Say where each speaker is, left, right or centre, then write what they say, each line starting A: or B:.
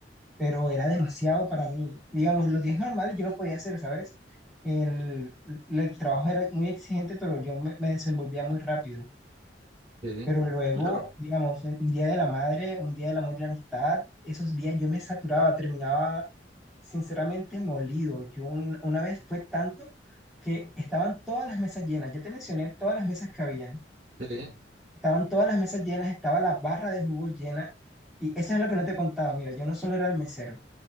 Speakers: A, in the centre; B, on the right.
A: Pero era demasiado para mí. Digamos, los días normales yo lo podía hacer, ¿sabes? El, el trabajo era muy exigente, pero yo me me desenvolvía muy rápido.
B: Sí,
A: Pero luego,
B: claro,
A: digamos, en- un día de la madre, un día del amor y la amistad, esos días yo me saturaba, terminaba sinceramente molido. Yo un- una vez fue tanto que estaban todas las mesas llenas. Ya te mencioné todas las mesas que habían.
B: sí.
A: Estaban todas las mesas llenas, estaba la barra de jugo llena. Y eso es lo que no te contaba. Mira, yo no solo era el mesero.